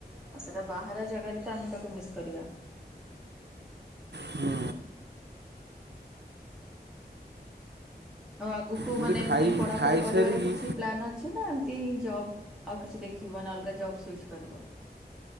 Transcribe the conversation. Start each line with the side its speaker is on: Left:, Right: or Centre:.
Centre: ଆଉ ସେଇଟା ବାହାର ଜାଗାରେ ତ ଆମେ ତାକୁ ମିସ୍ କରିବା।
Right: ହୁଁ
Centre: ଆଉ ଆଗକୁ
Right: ମୁଁ
Centre: ମାନେ
Right: ଟିକେ
Centre: ଏମିତି
Right: ଖାଇ
Centre: ପଢାପଢି
Right: ଖାଇସାରିକି
Centre: କରିବାର କିଛି ପ୍ଲାନ୍ ଅଛି ନା ଏମିତି ହିଁ ଜବ୍ ଆଉ କିଛି ଦେଖିବ ନା ଅଲଗା ଜବ୍ ସୁଇଚ୍ କରିବ।